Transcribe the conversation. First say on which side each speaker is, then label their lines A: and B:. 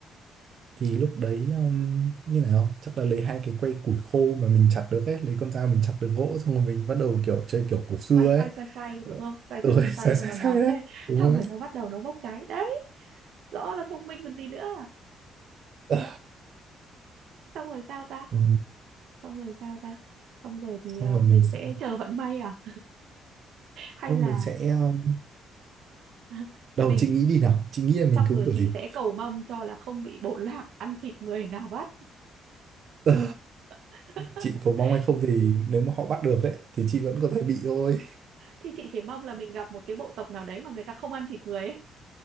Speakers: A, on the right; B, on the right.
A: thì lúc đấy um, như nào chắc là lấy hai cái que củi khô mà mình chặt được ấy lấy con dao mình chặt được gỗ xong rồi mình bắt đầu kiểu chơi kiểu cổ xưa
B: xoay xoay
A: ấy
B: xoay xoay
A: Ờ,
B: đúng không xoay
A: rồi
B: xoay xoay xoay
A: <laughs> sai sai
B: cho nó nóng
A: sai đấy
B: lên <laughs>
A: đúng
B: xong
A: không
B: rồi
A: ấy
B: nó bắt đầu nó bốc cháy đấy rõ là thông minh còn gì nữa
A: Ờ,
B: xong rồi sao ta
A: ừ,
B: xong rồi sao ta xong rồi thì
A: xong
B: ờ,
A: rồi mình
B: mình
A: sẽ
B: sẽ chờ vận may à hay
A: Ô,
B: là
A: mình sẽ um,
B: <laughs>
A: đầu
B: mình
A: chị nghĩ đi nào chị nghĩ
B: xong
A: là mình cứu
B: rồi
A: kiểu
B: chị
A: gì
B: sẽ cầu mong cho là không bị bộ lạc ăn thịt người nào bắt
A: Ờ,
B: <laughs>
A: chị có mong hay không thì nếu mà họ bắt được ấy thì chị vẫn có thể bị thôi
B: thì chị chỉ mong là mình gặp một cái bộ tộc nào đấy mà người ta không ăn thịt người ấy